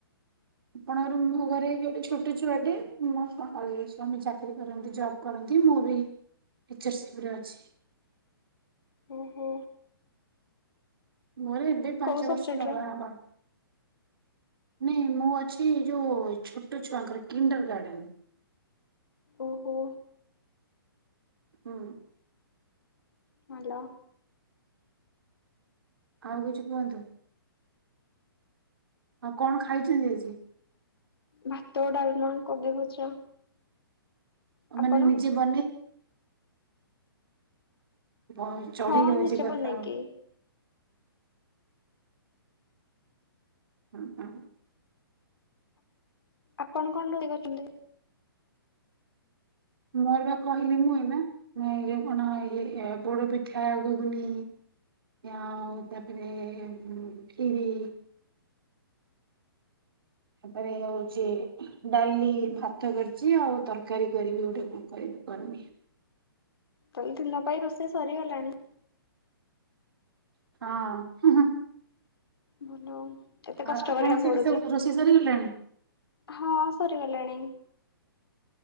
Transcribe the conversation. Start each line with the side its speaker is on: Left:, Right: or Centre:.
Right: ଆପଣଙ୍କର ମୋ ଘରେ ଗୋଟେ ଛୋଟ ଛୁଆଟେ, ମୋ <unintelligible> ସ୍ୱାମୀ ଚାକିରୀ କରନ୍ତି ଜବ୍ କରନ୍ତି, ମୁଁ ବି ଟିଚରସିପ୍ ରେ ଅଛି।
Left: ଓହୋ।
Right: ମୋର ଏବେ ପାଞ୍ଚ
Left: କୋଉ ସବଜେକ୍ଟର?
Right: ବର୍ଷ ବାବା ହବା। ନାଇଁ ମୁଁ ଅଛି ଏ ଯୋଉ ଛୋଟ ଛୁଆଙ୍କର କିଣ୍ଡର୍ ଗାର୍ଡେନ।
Left: ଓହୋ।
Right: ହଁ।
Left: ହାଲୋ।
Right: ଆଉ କିଛି କୁହନ୍ତୁ। ଆଉ କଣ ଖାଇଛନ୍ତି ଆଜି?
Left: ଭାତ, ଡାଲମା, କୋବି ଭଜା
Right: ଆ ମାନେ
Left: ଆପଣ?
Right: ନିଜେ ବନେଇ ବ-ଚଢି
Left: ହଁ
Right: ଯାଉଚି
Left: ନିଜେ
Right: କଥା।
Left: ବନେଇକି।
Right: ହୁଁ, ହୁଁ,
Left: ଆପଣ କଣ ରୋଷେଇ କରିଚନ୍ତି?
Right: ମୋର ବା କହିଲି ମୁଁ ଏଇନା ଏଇ ଯୋଉ କଣ ଏ ଏ ପୋଡପିଠା, ଗୂଗୁନି ଆଉ ତାପରେ ଉଁ, ଖିରି ତାପରେ ହଉଚି ଡାଲି, ଭାତ କରିଚି, ଆଉ ତରକାରୀ କରିବି ଗୋଟେ କଣ କରିବି କରନି।
Left: ତାହେଲେ ଦିନ ପାଇଁ ରୋଷେଇ ସରିଗଲାଣି?
Right: ହଁ।।
Left: ଭଲ ଆଉ। ଏତେ
Right: ଆଉ
Left: କଷ୍ଟ
Right: ଆପଣଙ୍କ
Left: କରିବାକୁ
Right: ସେଇଠି
Left: ପଡୁଛି
Right: ସବୁ ରୋଷେଇ ସରିଗଲାଣି
Left: ହଁ ସରିଗଲାଣି।